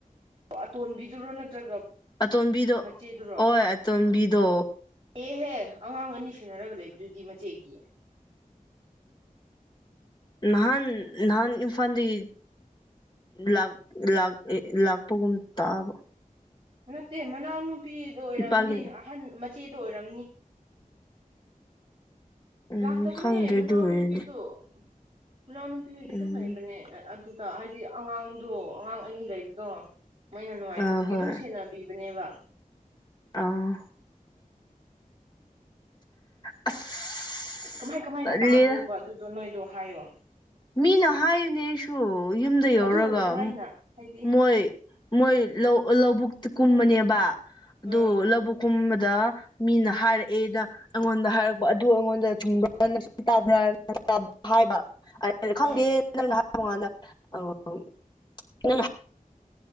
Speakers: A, on the right (about 40°); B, on the left (about 30°).
A: ꯑꯇꯣꯟꯕꯤꯗꯔꯣ ꯅꯠꯇ꯭ꯔꯒ
B: ꯑꯇꯣꯝꯕꯤꯗꯣ
A: ꯃꯆꯦꯗꯨꯔꯣ
B: ꯍꯣꯏ ꯑꯇꯣꯝꯕꯤꯗꯣ
A: ꯑꯦꯍꯦ ꯑꯉꯥꯡ ꯑꯅꯤ ꯁꯦꯟꯅꯔꯒ ꯂꯩꯕꯗꯨꯗꯤ ꯃꯆꯦꯒꯤ
B: ꯅꯍꯥꯟ ꯅꯍꯥꯟ ꯏꯝꯐꯥꯜꯗꯒꯤ ꯂꯥꯛ ꯂꯥꯛ ꯂꯥꯛꯄꯒꯨꯝ ꯇꯥꯕ
A: ꯅꯠꯇꯦ ꯃꯅꯥꯎꯅꯨꯄꯤꯗ ꯑꯣꯏꯔꯝꯅꯤ
B: ꯏꯄꯥꯒꯤ
A: ꯑꯍꯟ ꯆꯦꯗ ꯑꯣꯏꯔꯝꯅꯤ
B: ꯎꯝ
A: ꯂꯥꯛꯇꯕ
B: ꯈꯪꯗ꯭ꯔꯦ
A: ꯃꯅꯅꯥꯎꯅ
B: ꯑꯗꯨ ꯑꯣꯏꯔꯗꯤ
A: ꯄꯤꯗꯣ ꯃꯅꯥꯎ ꯅꯨꯄꯤꯒꯗꯤ ꯑꯗꯨꯝ
B: ꯎꯝ
A: ꯂꯩꯕꯅꯦ ꯑꯗꯨꯗ ꯍꯥꯏꯗꯤ ꯑꯉꯥꯡꯗꯣ ꯑꯉꯥꯡ ꯑꯅꯤ ꯂꯩꯕꯗꯣ ꯃꯣꯏꯅ ꯅꯨꯡꯉꯥꯏꯇꯕꯒꯤ
B: ꯑꯥ ꯍꯣꯏ
A: ꯑꯗꯨꯝ ꯁꯦꯟꯅꯕꯤꯕꯅꯦꯕ
B: ꯑꯥ ꯑꯁ
A: ꯑꯁ ꯀꯃꯥꯏ ꯀꯃꯥꯏꯅ
B: ꯇꯜꯂꯤꯗ
A: ꯇꯥꯕ꯭ꯔꯣꯕ ꯑꯗꯨꯗꯣ ꯅꯣꯏꯗꯣ ꯍꯥꯏꯌꯣ
B: ꯃꯤꯅ ꯍꯥꯏꯌꯨꯅꯦ ꯑꯩꯁꯨ ꯌꯨꯝꯗ ꯌꯧꯔꯒ
A: ꯑꯗꯨ ꯀꯃꯥꯏꯅ
B: ꯑꯃꯨꯛ
A: ꯍꯥꯏꯗꯤ
B: ꯃꯣꯏ ꯃꯣꯏ ꯂꯧꯕꯨꯛꯇꯤ ꯀꯨꯝꯕꯅꯦ ꯑꯗꯨ
A: ꯎꯝ
B: ꯂꯧꯕꯨ ꯀꯨꯝ ꯑ ꯗ ꯃꯤꯅ ꯍꯥꯏꯔꯛꯑꯦꯗ ꯑꯩꯉꯣꯟꯗ ꯍꯥꯏꯔꯛꯄ ꯑꯗꯨ ꯑꯩꯉꯣꯟꯗ ꯆꯨꯝꯕ ꯇꯕ꯭ꯔ ꯍꯥꯏꯕ ꯈꯪꯗꯦ
A: ꯎꯝ
B: ꯅꯪꯅ ꯉ ꯅꯪ